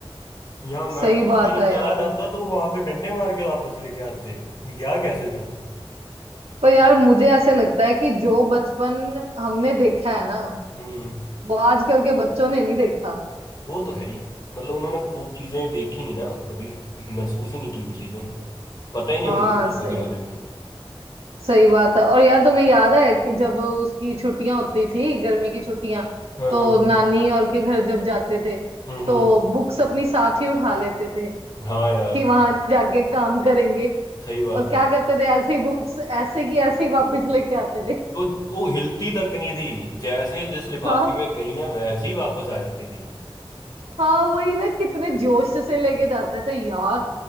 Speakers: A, on the left (about 45°); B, on the right (about 85°).
A: या मैं
B: सही
A: पुलिस
B: बात
A: स्टेशन
B: है
A: चला
B: यार
A: जाता तो वहां पे डंडे मार के वापस लेके आते कि क्या कैसे तू
B: पर यार मुझे ऐसे लगता है कि जो बचपन हमने देखा है ना
A: हम्म
B: वो आजकल के बच्चों ने नहीं देखा
A: वो तो है ही मतलब उन्होंने वो चीजें देखी नहीं ना कभी महसूस ही नहीं की वो चीजें पता ही नहीं
B: हाँ
A: उनको चीजों
B: सही
A: के बारे में
B: सही बात है और यार तुम्हें याद है कि जब उसकी छुट्टियां होती थी गर्मी की छुट्टियां
A: हाँ
B: तो
A: हाँ
B: नानी और के घर जब जाते थे
A: हम्म हम्म
B: तो बुक्स अपनी साथ ही उठा लेते थे
A: हाँ यार
B: कि वहां जाके काम करेंगे
A: सही बात
B: और
A: है
B: क्या करते थे ऐसे ही बुक्स ऐसे की ऐसे ही वापस लेके आते थे
A: तो वो हिलती तक नहीं थी जैसे जिस लिफाफे
B: हाँ
A: में गई हैं वैसे ही वापस आ जाती थी
B: हाँ वही ना कितने जोश से लेके जाते थे यार